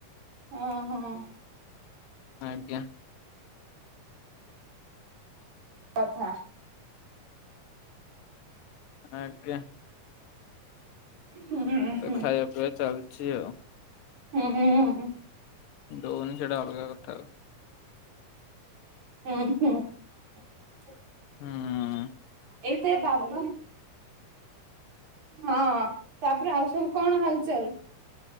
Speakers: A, on the right (about 60°); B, on the left (about 85°).
A: ହଁ ହଁ।
B: ଆଜ୍ଞା।
A: କଥା।
B: ଆଜ୍ଞା।
A: ହୁଁ ହୁଁ।
B: ତ ଖାଇବା ପିଇବା ଚାଲିଛି ଆଉ।
A: ହୁଁ ହୁଁ ହୁଁ ହୁଁ।
B: ଦୋଉନି ସେଟା ଅଲଗା କଥା ଅ।
A: ହୁଁ ହୁଁ।
B: ହୁଁ
A: ଏଇଠେ ବାବୁ <inaudible> ହଁ। ହଁ ତାପରେ ଆଉ ସବୁ କଣ ହାଲଚାଲ?